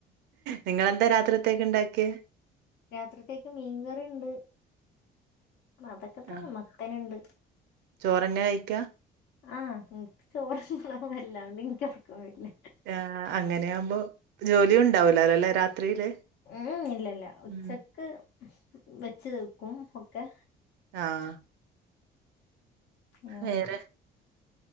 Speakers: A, on the right (about 85°); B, on the left (about 80°).
A: നിങ്ങെളെന്താ രാത്രിത്തേക്ക് ണ്ടാക്ക്യേ?
B: രാത്രിത്തേക്ക് മീൻകറിണ്ട് അതൊക്കെ തന്നെ.
A: ആ
B: മത്തന്ണ്ട്.
A: ചോറന്നെ കഴിക്ക?
B: ആഹ് ഇൻക്ക് ചോറ്ന്നണം അല്ലാണ്ട് ഇൻക്ക് ഒർക്കം വര്ല്ല.
A: ആഹ് അങ്ങനെയാവുമ്പോ ജോലിയു ണ്ടാവൂലേലല്ലേ രാത്രിയില്.
B: ഉം ഇല്ലല്ല ഉച്ചക്ക്
A: ഉം.
B: വെച്ച് ത്ക്കും ഒക്കെ.
A: ആഹ്.
B: എങ്ങനെ.
A: വേറെ